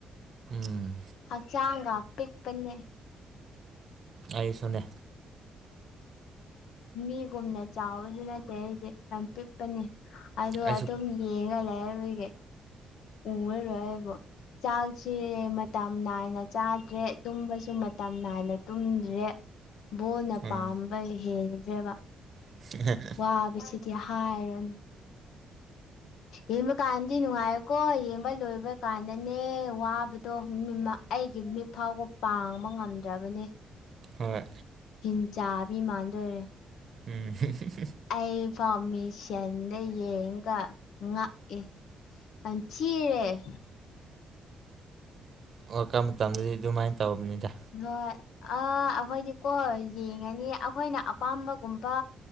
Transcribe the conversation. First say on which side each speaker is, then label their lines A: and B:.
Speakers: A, on the right; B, on the left.
A: ꯎꯝ
B: ꯍꯛꯆꯥꯡꯒ ꯄꯤꯛꯄꯅꯦ
A: ꯑꯩꯁꯨꯅꯦ
B: ꯃꯤꯒꯨꯝꯅ ꯆꯥꯎꯕꯁꯨ ꯅꯠꯇꯦ ꯑꯩꯗꯤ ꯌꯥꯝ ꯄꯤꯛꯄꯅꯦ ꯑꯗꯣ
A: ꯑꯩꯁꯨ
B: ꯑꯗꯨꯝ ꯌꯦꯡꯉꯒ ꯂꯩꯕꯒꯤ ꯎꯉꯔꯣꯏ ꯑꯩꯕꯨ ꯆꯥꯛꯁꯦ ꯃꯇꯝ ꯅꯥꯏꯅ ꯆꯥꯗ꯭ꯔꯦ ꯇꯨꯝꯕꯁꯨ ꯃꯇꯝ ꯅꯥꯏꯅ ꯇꯨꯝꯗ꯭ꯔꯦ ꯕꯣꯟꯅ
A: ꯎꯝ
B: ꯄꯥꯝꯕ ꯍꯦꯟꯈ꯭ꯔꯦꯕ
A: <unintelligible>
B: ꯋꯥꯕꯁꯤꯗꯤ ꯍꯥꯏꯔꯨꯔꯅꯨ ꯌꯦꯡꯕ ꯀꯥꯟꯗꯤ ꯅꯨꯡꯉꯥꯏꯀꯣ ꯌꯦꯡꯕ ꯂꯣꯏꯕ ꯀꯥꯟꯗꯅꯦ ꯋꯥꯕꯗꯣ ꯃꯤ ꯃꯛ ꯑꯩꯒꯤ ꯃꯤꯠ ꯐꯥꯎꯕ ꯄꯥꯡꯕ ꯉꯝꯗ꯭ꯔꯕꯅꯦ
A: ꯍꯣꯏ
B: ꯍꯤꯡ ꯆꯥꯕꯤ ꯃꯥꯟꯗꯣꯏꯔꯦ
A: ꯎꯝ <unintelligible>
B: ꯑꯩ ꯐꯥꯎ ꯃꯤꯡꯁꯦꯟꯗ ꯌꯦꯡꯉꯒ ꯉꯛꯑꯦ <unintelligible>
A: ꯋꯥꯔꯜ ꯀꯞ ꯃꯇꯝꯗꯗꯤ ꯑꯗꯨꯃꯥꯏꯅ ꯇꯧꯕꯅꯤꯗ
B: ꯍꯣꯏ ꯑꯥ ꯑꯩꯈꯣꯏꯗꯤꯀꯣ ꯌꯦꯡꯉꯅꯤ ꯑꯩꯈꯣꯏꯅ ꯑꯄꯥꯝꯕꯒꯨꯝꯕ